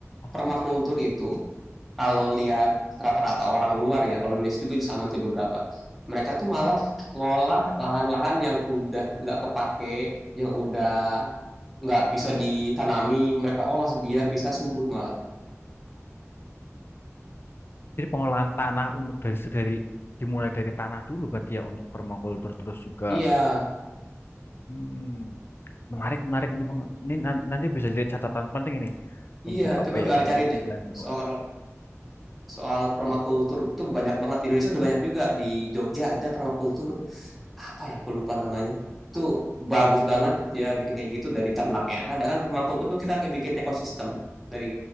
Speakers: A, on the left; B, in the centre.
A: Oh,
B: permakultur itu, kalau lihat rata-rata orang luar ya, kalau Indonesia juga sama sih beberapa, mereka tuh malah ngolah lahan-lahan yang udah nggak kepake, yang udah nggak bisa ditanami, mereka olah biar bisa subur malah.
A: jadi pengolahan tanah untuk dari dari dimulai dari tanah dulu berarti ya untuk permakultur terus juga.
B: Iya,
A: Hmm, menarik menarik ini Bang. Ini nan- nanti bisa jadi catatan penting ini untuk
B: iya.
A: apa
B: Coba
A: ya
B: cari-cari
A: untuk
B: deh
A: planning. Bu.
B: soal soal permakultur
A: Hmm.
B: itu banyak banget di Indonesia udah banyak juga di Jogja ada permakultur apa ya aku lupa namanya itu bagus banget dia bikin kayak gitu dari ternaknya ada kan permakultur tuh kita kayak bikin ekosistem dari